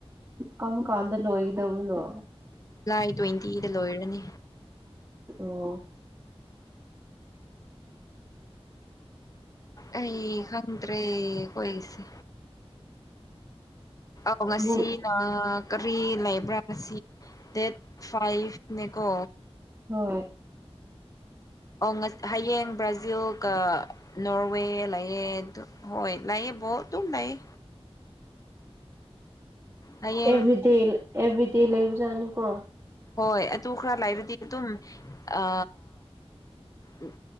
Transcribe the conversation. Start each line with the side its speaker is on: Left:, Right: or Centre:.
Right: ꯀꯝ ꯀꯥꯟꯗ ꯂꯣꯏꯒꯗꯧꯕꯅꯣ?
Left: ꯂꯥꯏ ꯇ꯭ꯋꯦꯟꯇꯤꯗ ꯂꯣꯏꯔꯅꯤ꯫
Right: ꯑꯣ
Left: ꯑꯩ ꯈꯪꯗ꯭ꯔꯦ ꯈꯣꯏꯒꯤꯁꯦ ꯑꯣ ꯉꯁꯤꯒ
Right: ꯃꯣꯏ
Left: ꯀꯔꯤ ꯂꯩꯕ꯭ꯔꯥ ꯉꯁꯤ ꯗꯦꯠ ꯐꯥꯏꯚꯅꯦꯀꯣ
Right: ꯍꯣꯏ
Left: ꯑꯣ ꯉ ꯍꯌꯦꯡ ꯕ꯭ꯔꯥꯖꯤꯜꯒ ꯅꯣꯔꯋꯦ ꯂꯩꯌꯦ ꯗꯨ ꯍꯣꯏ ꯂꯩꯌꯦ ꯕꯣꯜ ꯑꯗꯨꯝ ꯂꯩꯌꯦ꯫ ꯍꯌꯦꯡ
Right: ꯑꯦꯚ꯭ꯔꯤꯗꯦ ꯑꯦꯚ꯭ꯔꯤꯗꯦ ꯂꯩꯕꯖꯥꯠꯅꯤꯀꯣ꯫
Left: ꯍꯣꯏ ꯑꯗꯨ ꯈꯔ ꯂꯩꯔꯗꯤ ꯑꯗꯨꯝ ꯑ ꯎꯝ